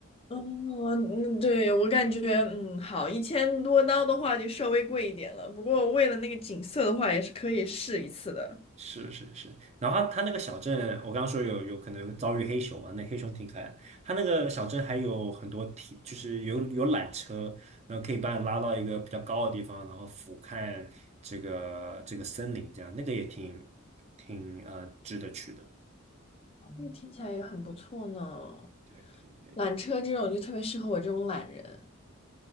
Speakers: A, on the left; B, on the right.
A: 哦，嗯嗯，对，我感觉，嗯，好，一千多刀的话就稍微贵一点了，不过为了那个景色的话，也是可以试一次的。
B: 是是是，然后它他那个小镇，我刚刚说有有可能遭遇黑熊嘛，那黑熊挺可爱的。它那个小镇还有很多铁，就是有有缆车，然后可以把你拉到一个比较高的地方，然后俯瞰这个这个森林，这样那个也挺挺呃值得去的。
A: 那听起来也很不错呢。
B: 对对，
A: 缆车这种就特别适合我这种懒人。